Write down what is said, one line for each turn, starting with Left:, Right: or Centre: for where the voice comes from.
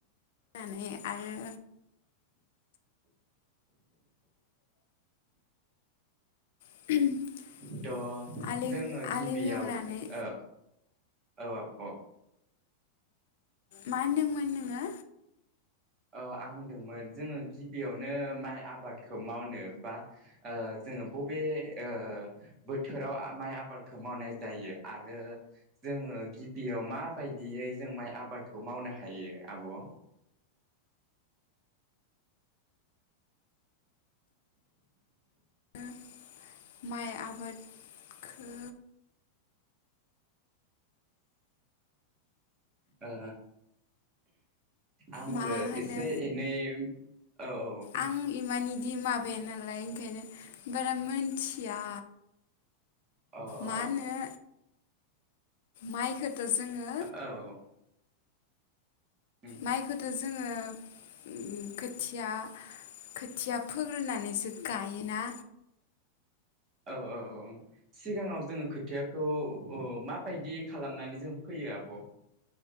Left: फाननानै आरो <unintelligible>
Right: त'
Left: आलि
Right: जोङो गिबियाव
Left: आलि एवनानै
Right: औ औ आब'
Left: मा होनदोंमोन नोङो?
Right: औ आं होनदोंमोन जोङो गिबियावनो माइ आबादखौ मावनो बा ओ जोङो बबे ओ बोथोराव माइ आबादखौ मावनाय जायो आरो जोङो गिबियाव माबायदियै जों माइ आबादखौ मावनो हायो आब'?
Left: ओ माइ आबादखौ
Right: ओ आंबो
Left: मा होनो
Right: एसे नै औ-औ-औ।
Left: आं इमान इदि माबाया नालाय ओंखायनो बारा मोनथिया।
Right: अ अ
Left: मा होनो माइखौथ' जोङो
Right: औ। उम
Left: माइखौथ' जोङो उम खोथिया-खोथिया फोग्रोनानैसो गायोना।
Right: औ-औ-औ-औ। सिगाङाव जोङो खोथियाखौ ओ माबायदि खालामनानै जों फोयो आब'?